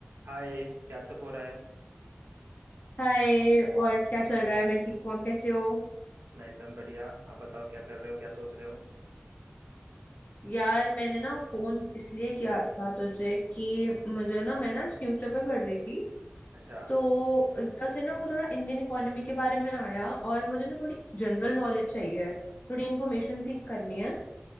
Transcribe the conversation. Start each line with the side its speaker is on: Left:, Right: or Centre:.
Right: हाय क्या सब हो रहा है
Left: हाय और क्या चल रहा है मैं ठीक हूँ आप कैसे हो
Right: मैं एकदम बढ़िया आप बताओ क्या कर रहे हो क्या सोच रहे हो
Left: यार मैंने ना फोन इसलिए किया था तुझे कि मुझे ना मैं ना न्यूज़पेपर पढ़ रही थी
Right: अच्छा
Left: तो एकदम से ना वो थोड़ा इंडियन इकोनॉमी के बारे में आया और मुझे ना थोड़ी जनरल नॉलेज चाहिए थोड़ी इन्फॉर्मेशन सीख करनी है